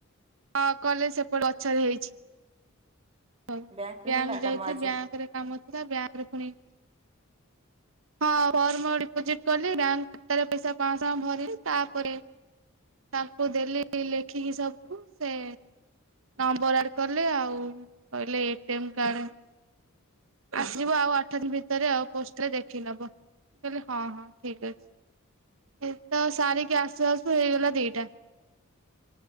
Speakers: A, on the right (about 70°); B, on the right (about 25°).
A: ହଁ, କଲେଜ ସେପଟ ଗଛରେ ହେଇଛି। ହଉ
B: ବ୍ୟାଙ୍କରେ
A: ବ୍ୟାଙ୍କ
B: ହେଲା କାମ
A: ଯାଇଥିଲି
B: ଆଜି।
A: ବ୍ୟାଙ୍କରେ କାମ ଥିଲା ବ୍ୟାଙ୍କରେ ପୁଣି ହଁ, ଫର୍ମ ଡିପୋଜିଟ କଲି ବ୍ୟାଙ୍କ ଖାତାରେ ପଇସା ପାଂଶହ ଟଙ୍କା ଭରିଲି ତାପରେ ତାଙ୍କୁ ଦେଲି ଲେଖିକି ସବୁ ସେ ନମ୍ବର ଆର୍ଡ କଲେ ଆଉ କହିଲେ ଏଟିଏମ୍ କାର୍ଡ ଆସିବ ଆଉ ଆଠ ଦିନ ଭିତରେ ଆଉ ପୋଷ୍ଟରେ ଦେଖି ନବ। କହିଲେ ହଁ, ହଁ ଠିକ୍ ଅଛି। ଏଇତ ସାରିକି ଆସୁ ଆସୁ ହେଇଗଲା ଦି ଟା